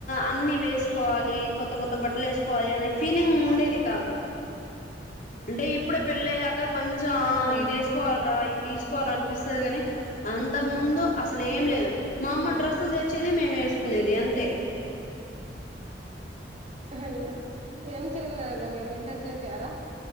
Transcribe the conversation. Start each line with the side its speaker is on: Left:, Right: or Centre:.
Left: అన్ని వేసుకోవాలి కొత్త కొత్త బట్టలు వేసుకోవాలి అనే ఫీలింగ్ ఉండేది కాదు అంటే ఇప్పుడే పెళ్ళ అయ్యాక కొంచెం
Right: అవును
Left: ఇది వేసుకోవాలరా ఇది తీసుకోవాలంట పిస్తుంది కానీ అంతకు ముందు అసలు ఏం లేదు మా అమ్మ
Right: ఉమ్.
Left: డ్రెస్సులు తెచ్చేది మేము వే కునేది అంతే
Right: అయ్యో ఏం చదివారు మీరు ఇంటర్ చేసరా